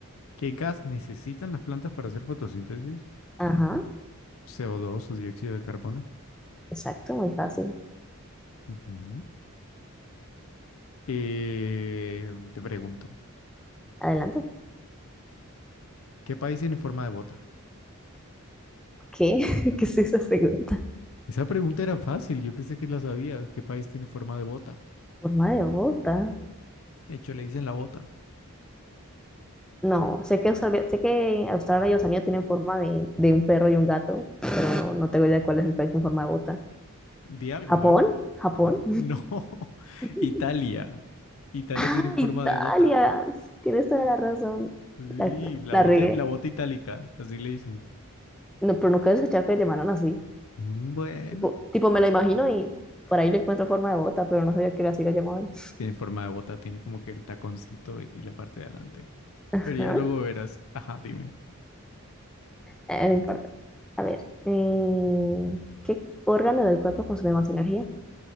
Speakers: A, on the left; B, in the centre.
A: ¿qué gas necesitan las plantas para hacer fotosíntesis?
B: Ajá,
A: CO2 o dos o dióxido de carbono.
B: exacto, muy fácil.
A: Ujú. Eh, te pregunto,
B: Adelante.
A: ¿qué país tiene forma de bota?
B: ¿Qué? <laughs> ¿Qué es esa pregunta?
A: Esa pregunta era fácil, yo pensé que la sabía. ¿Qué país tiene forma de bota?
B: Forma de bota.
A: De hecho, le dicen la bota.
B: No, sé que Australia, sé que Australia y Oceanía tienen forma de, de un perro y un gato, pero no, no tengo idea de cuál es el país con forma de bota.
A: Di algo,
B: ¿Japón?
A: a ver.
B: ¿Japón?
A: N- No, <laughs>
B: <laughs>
A: Italia. Italia
B: ¡Ah,
A: tiene forma
B: Italia!
A: de bota.
B: Sí, Tienes toda la razón.
A: Sí,
B: La,
A: la
B: la
A: bota,
B: regué.
A: la bota itálica, así le dicen.
B: No, pero nunca he escuchado que le llamaran así.
A: Mm, Bueno,
B: Tipo, tipo, me la imagino y por ahí le encuentro forma de bota, pero no sabía que así la llamaban.
A: tiene forma de bota, tiene como que el taconcito y la parte de adelante.
B: <laughs> ah
A: Pero ya luego verás. Ajá, dime.
B: Eh, no importa. A ver, eh, ¿qué órgano del cuerpo consume más energía?